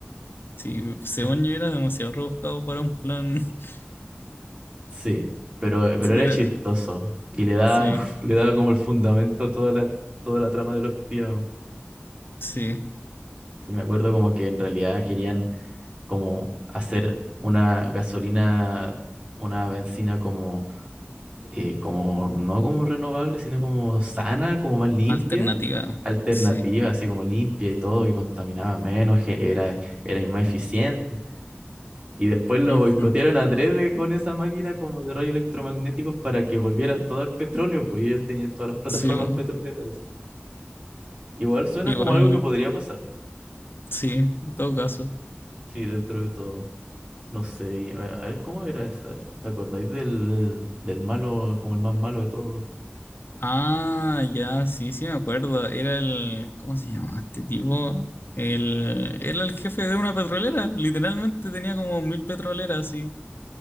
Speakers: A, on the left (about 60°); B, on the right (about 35°).
A: Sí, según
B: Era-
A: yo era demasiado rebuscado para un plan. <laughs>
B: Sí, pero, pero
A: Sí,
B: era
A: era-
B: chistoso y le da,
A: sí,
B: <laughs> le daba como el fundamento a toda la, toda la trama de los espías.
A: sí.
B: Sí, me acuerdo como que en realidad querían como hacer una gasolina, una benzina como eh, como, no como renovable, sino como sana, como más limpia,
A: Alternativa.
B: alternativa,
A: Sí.
B: así como limpia y todo, que contaminaba menos, que era, era más eficiente. Y después lo
A: Ujú.
B: boicotearon a tres con esa máquina como de rayos electromagnéticos para que volvieran todo al petróleo, pues ellos tenían todas las plataformas
A: Sí, bueno,
B: petroleras. así. Igual suena
A: igual,
B: como algo que podría pasar,
A: sí, en todo caso.
B: sí, dentro de todo. No sé, y, eh, a ver, ¿cómo era esa? ¿Te acordáis del, del malo, como el más malo de todos?
A: Ah, ya, sí, sí me acuerdo. Era el, ¿cómo se llamaba este tipo? El, era el jefe de una petrolera. Literalmente tenía como mil petroleras, sí.